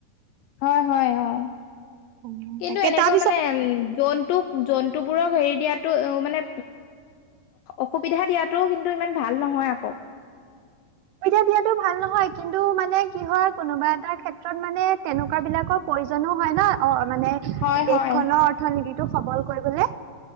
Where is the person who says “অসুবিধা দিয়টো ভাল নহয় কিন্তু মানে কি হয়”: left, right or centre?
Right